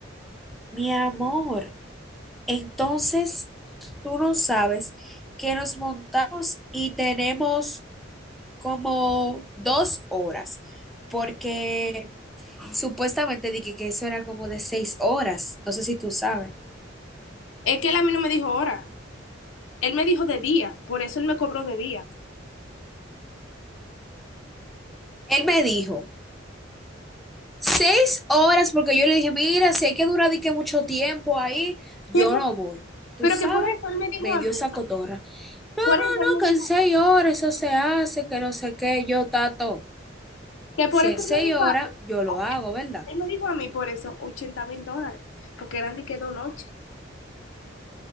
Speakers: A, in the centre; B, on the left.
A: Mi amor, entonces tú no sabes que nos montamos y tenemos como dos horas, porque supuestamente dije que eso era como de seis horas, no sé si tú sabes.
B: Es que él a mí no me dijo hora, él me dijo de día, por eso él me cobró de día.
A: Él me dijo, seis horas, porque yo le dije, mira, si hay que durar de que mucho tiempo ahí, yo
B: Sí, por-
A: no voy. ¿Tú
B: pero
A: sabes?
B: que por eso él me dijo
A: Me
B: a
A: dio
B: mí,
A: esa cotorra. No,
B: por
A: no,
B: eso él me
A: no, que en
B: dijo,
A: seis horas eso se hace, que no sé qué, yo tato.
B: Que por
A: Si
B: eso
A: es
B: él me
A: seis
B: dijo
A: horas,
B: a mí,
A: yo
B: oye,
A: lo hago, ¿verdad?
B: él me dijo a mí por eso ochenta mil dólares, porque eran de que dos noches.